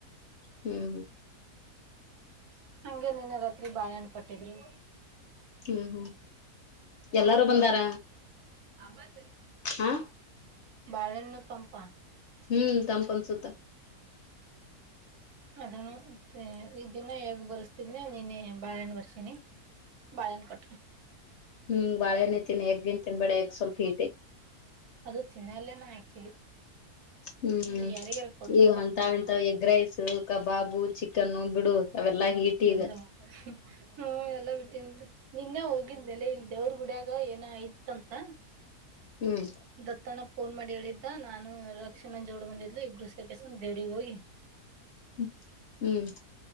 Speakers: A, on the left (about 60°); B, on the right (about 75°).
A: ಹ್ಮ್್ಮ
B: ಹಗೆ ನಿನ್ನೆ ರಾತ್ರಿ ಬಾಳೆಹಣಪಟ್ಟಿದ್ರು
A: ಹ್ಮ್ ಹ್ಮ್ ಎಲ್ಲಾರು ಬಂದಾರ
B: ಮತ್ರಿ
A: ಹಾ
B: ಬಾರನ್ನು ತಂಪಾ
A: ಹ್ಮ್ ತಂಪ ಅನ್ಸುತ್ತ
B: ಅದನ್ನು ಮತ್ತೆ ಈ ದಿನ ಹೇಗ್ ಬರ್ಸ್ತಿದನಿ ನೀನೇ ಬಾಳೆಣ್ಣ ಬರ್ಸನಿ ಬಾಳೆಹ್ಣ ಕೊಟ್ರ
A: ಓ ಬಾಳೆಹಣ್ಣು ತಿನ್ನು ಎದ್ದು ತಿನ್ಬೇಡ ಸ್ವಲ್ಪಟೆ
B: ಅದು ತಿನ್ನಲ್ಲೇನ ಆಕ್ಚುಲಿ
A: ಹ್ಮ್
B: ಇಲ್ಲಿ ಯಾರಿಗಾರ ಕೊಡ್ಬೇಕಷ್ಟ
A: ಈಗ ಅಂತ ಎಂತ ಎಗ್ ರೈಸ್ ಕಬಾಬು ಚಿಕನ್ನು ಬಿಡು ಅವೆಲ್ಲಾ ಹೀಟ್ ಇಿದ
B: ಎಲ್ಲವ ಹ್ಮ್ ಎಲ್ಲ ಬಿಟ್ಟೀನ್ಿ ನಿನ್ನೆ ಹೋಗಿದ್್ಮೇಲೆ ಇಲ್ ದೇವ್ರ ಗುಡಿಯಾಗ ಏನ ಆಯತ್ಂತ
A: ಹ್ಮ್
B: ದತ್ತಣ ಫೋನ್ ಮಾಡಿ ಹೇಳಿದ್ದ ನಾನು ರಕ್ಷಿಣ ಜಗಗಳು ಬಂದಿದ್ು ಇಬ್ಬರು ಸೇರ್ಕಸ ದೇವ್ರಿಗೆ ಹೋಗಿ
A: ್ಮ ಹ್ಮ್